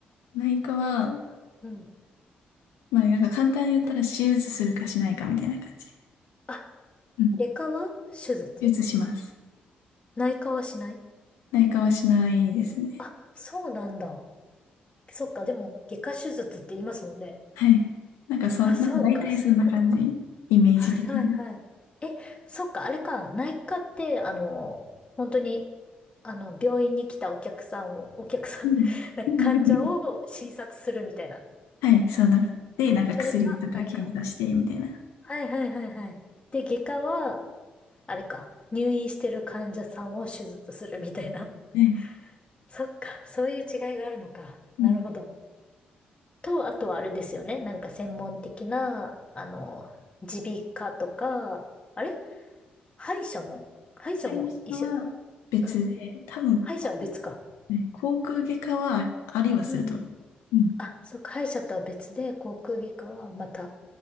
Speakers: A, on the left (about 75°); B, on the left (about 25°).
A: 内科は、
B: うん。
A: まあなんか簡単に言ったら手術するかしないかみたいな感じで。
B: あ、
A: うん。
B: 外科は手術
A: 手術します。
B: 内科はしない
A: 内科はしないですね。
B: あ、そうなんだ。そっか、でも、外科手術って言いますもんね。
A: はい。なんかそん、
B: あ、そうか、
A: なんか大体そんな感じ。
B: そういうことか。
A: イメージ的に。
B: はいはいはい。え、そっか、あれか、内科って、あの、本当に、あの、病院に来たお客さんを、お客さん、
A: うん。
B: <laughs> なんか患者を診察するみたいな。
A: <laughs> はい、そんな。で、なんか薬とか検査して、
B: それが内科
A: みたいな。
B: はいはいはいはい。で、外科は、あれか、入院してる患者さんを手術するみたいな。
A: はい。
B: <laughs> そっか、そういう違いがあるのか。
A: うん。
B: なるほど。と、あとはあれですよね。なんか専門的な、あの、耳鼻科とか、あれ歯医者も歯医者も医者、
A: 会社は別で、
B: うん。
A: 多分、
B: 歯医者は別か。
A: こう、はい口腔外科はあありはすると。
B: うんうん。
A: うん。
B: あ、そっか、歯医者とは別で、口腔外科はまた、